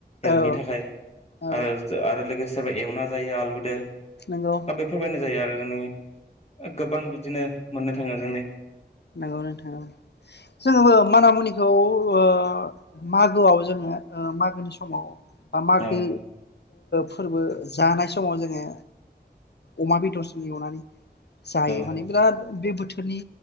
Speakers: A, on the left (about 40°); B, on the left (about 75°).
A: हेल्थनि
B: औ
A: थाखाय
B: औ
A: आरो आरो लोगोसे सोरबा एवना जायो आलुजों।
B: नंगौ
A: बेफोर बायदि जायो आरो जोंनि गोबां बिदि बिदिनो मोननो थांङा जोंनि
B: नोंगौ नोंथां जोंङो माना मुनि खौ ओ मागोआव जोंङो मागोनि समाव बा मागो।
A: औ
B: फोरबो जानाय समाव जोंङो अमा बेदरजों एवनानै जायो
A: औ
B: माने बिराद बे बोथोरनि